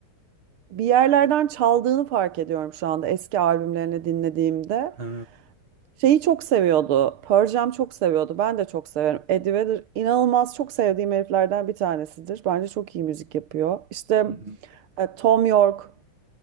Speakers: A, on the right; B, on the right.
A: bir yerlerden çaldığını fark ediyorum şu anda eski albümlerini dinlediğimde.
B: Ha.
A: Şeyi çok seviyordu. Pearl Jam çok seviyordu. Ben de çok severim. Eddie Vedder inanılmaz çok sevdiğim heriflerden bir tanesidir. Bence çok iyi müzik yapıyor. İşte
B: Hı hı.
A: e, Tom York